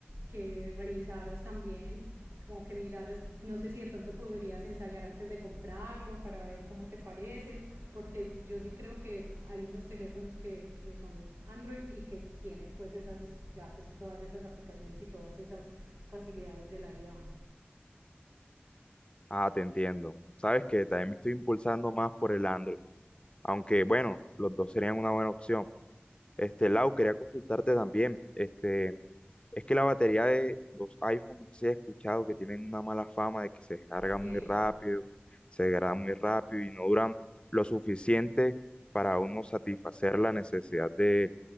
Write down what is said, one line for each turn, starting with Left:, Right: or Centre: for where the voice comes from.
Right: que revisaras también, como que miraras, no sé si de pronto podrías ensayar antes de comprarlo para ver cómo te parece, porque yo sí creo que hay unos teléfonos que, que son Android y que tienen pues esas, ya pues todas esas aplicaciones y todas esas facilidades de la IA.
Left: Ah, te entiendo. Sabes que también me estoy impulsando más por el Android, aunque bueno, los dos serían una buena opción. Este, Lau, quería consultarte también. Este, es que la batería de los iPhones, no sé si has escuchado que tienen una mala fama de que se descarga
Right: Sí,
Left: muy rápido, se degrada muy rápido y no duran lo suficiente para uno satisfacer la necesidad de